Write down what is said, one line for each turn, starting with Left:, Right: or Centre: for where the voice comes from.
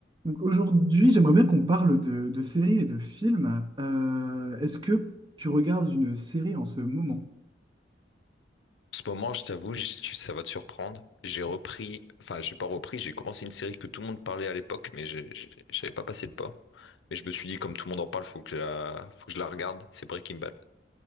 Right: Donc aujourd'hui, j'aimerais bien qu'on parle de, de séries et de films. Euh, est-ce que tu regardes une série en ce moment?
Left: ce moment, je t'avoue, je- tu- ça va te surprendre. J'ai repris, enfin, j'ai pas repris, j'ai commencé une série que tout le monde parlait à l'époque, mais j'ai- j'ai- j'avais pas passé le pas. Mais je me suis dit, comme tout le monde en parle, faut que je la, faut que je la regarde. C'est Breaking Bad.